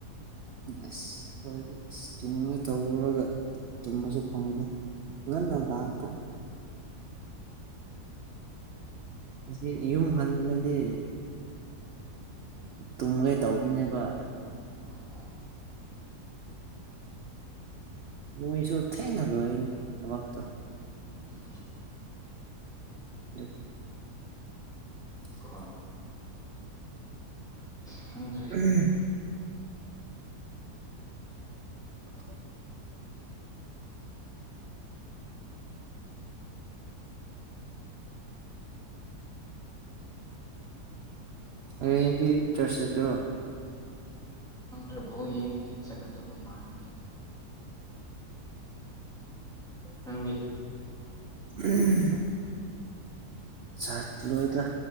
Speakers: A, on the right (about 60°); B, in the centre.
A: ꯑꯁ ꯍꯣꯏꯗꯤ ꯑꯁ ꯇꯨꯝ ꯇꯧꯔꯒ ꯇꯨꯝꯕꯁꯨ ꯐꯪꯗꯦ ꯌꯦ ꯅꯗꯄ
B: ꯎꯝ
A: ꯑꯁꯤ ꯌꯨꯝ ꯍꯜꯂꯗꯤ ꯇꯨꯝꯈꯩ ꯇꯧꯕꯅꯦꯕ
B: ꯑꯥ
A: ꯂꯁꯨ ꯊꯩꯅꯦ ꯂꯣꯏꯣꯏꯅꯦ ꯊꯕꯛꯛꯇ
B: ꯎꯝ
A: ꯂꯣꯛꯀꯦ <inaudible>
B: ꯍꯣꯏ
A: ꯎ
B: ꯈꯪꯗ꯭ꯔꯦ
A: <unintelligible> ꯑꯦ ꯍꯤꯟꯗꯤ ꯆ꯭ꯔꯁ ꯆꯠ ꯀ꯭ꯔꯣ
B: ꯭ꯔ ꯣ ꯌꯦꯦꯡꯗꯤ ꯏꯠ ꯁꯀꯕ ꯃꯥꯗꯦ ꯅꯪꯒꯤ
A: ꯎꯝ ꯆꯠꯂꯣꯏꯗ